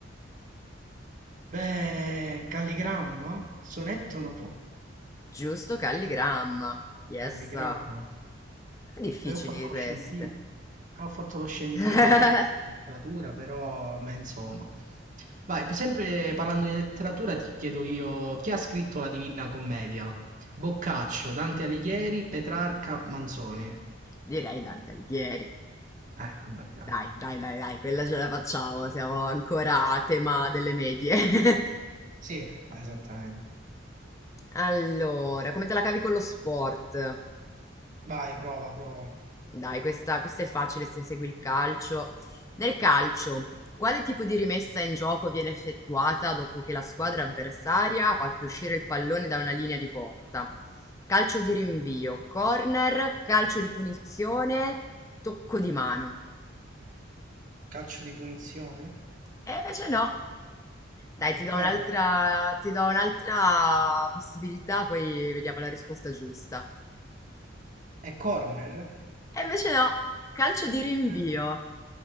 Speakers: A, on the right; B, on the left.
A: Beh, calligramma? Sonetto no,
B: Giusto, calligramma. Yes.
A: calligramma.
B: Difficili
A: E ho fatto lo
B: queste.
A: scientifico. Ah, Ho fatto lo scientifico,
B: <laughs>
A: ho fatto un po' di letteratura, però, beh, insomma. Vai, sempre parlando di letteratura, ti chiedo io, chi ha scritto la Divina Commedia? Boccaccio, Dante Alighieri, Petrarca, Manzoni.
B: Direi Dante Alighieri.
A: Eh, vabbè, dai.
B: Dai, dai, dai, dai, quella ce la facciamo. Siamo ancora a tema delle medie. <laughs>
A: Sì, esattamente.
B: Allora, come te la cavi con lo sport?
A: Vai, prova, prova.
B: Dai, questa, questa è facile se segui il calcio. Nel calcio, quale tipo di rimessa in gioco viene effettuata dopo che la squadra avversaria ha fatto uscire il pallone da una linea di porta? Calcio di rinvio, corner, calcio di punizione, tocco di mano.
A: Calcio di punizione?
B: E invece no. Dai,
A: È
B: ti do
A: corner?
B: un'altra, ti do un'altra possibilità, poi vediamo la risposta giusta.
A: È corner?
B: E invece no, calcio di rinvio.
A: Eh,